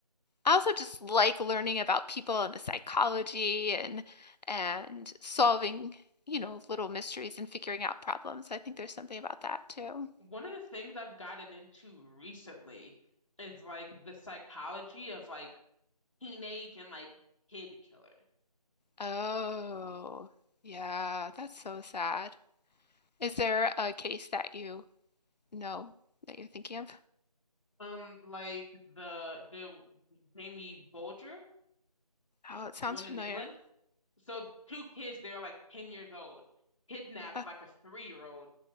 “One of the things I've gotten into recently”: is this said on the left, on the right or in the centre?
Left